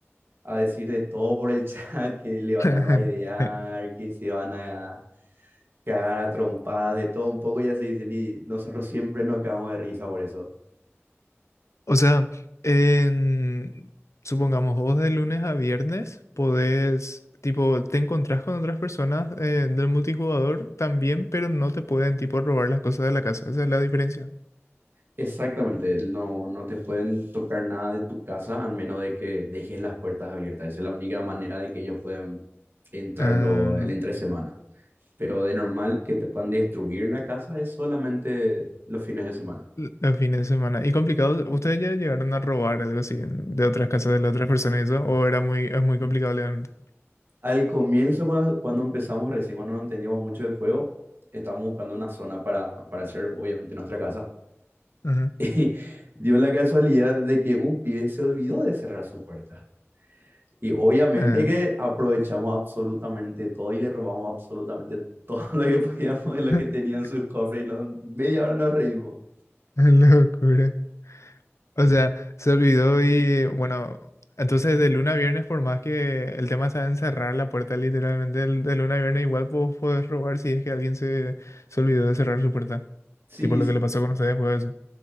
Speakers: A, on the right; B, on the left.
A: a decir de todo por el <laughs> chat, que le van
B: <laughs>
A: a raidear, que se van a cagar a trompadas, de todo un poco, ya se dicen y nosotros siempre nos cagamos de risa por eso.
B: O sea, en- supongamos vos de lunes a viernes podés, tipo, te encontrás con otras personas eh, del multijugador también, pero no te pueden, tipo, robar las cosas de la casa. Esa es la diferencia.
A: Exactamente, no, no te pueden tocar nada de tu casa al menos de que dejes las puertas abiertas. Esa es la única manera de que ellos puedan entrar
B: Ah,
A: lo- el entre semana. Pero de normal que te puedan destruir la casa es solamente los fines de semana.
B: L- Los fines de semana. ¿Y complicados? ¿Ustedes ya llegaron a robar algo así en- de otras casas de las otras personas y eso? ¿O era muy, es muy complicado legalmente?
A: Al comienzo, cuando, cuando empezamos recién, cuando no entendíamos mucho del juego, estábamos buscando una zona para, para hacer obviamente nuestra casa. <laughs>
B: Ajá.
A: Y dio la casualidad de que un pibe se olvidó de cerrar su puerta. Y obviamente
B: Ah,
A: que aprovechamos absolutamente todo y le robamos absolutamente todo <laughs> lo que podíamos de lo
B: <laughs>
A: que tenían sus cofres. Y no, media hora nos reímos.
B: locura. O sea, se olvidó y bueno, entonces de luna a viernes, por más que el tema está en cerrar la puerta literalmente, el- de luna a viernes igual vos podés robar si es que alguien se, se olvidó de cerrar su puerta.
A: Sí,
B: Tipo lo
A: sí,
B: que le pasó con ustedes fue eso.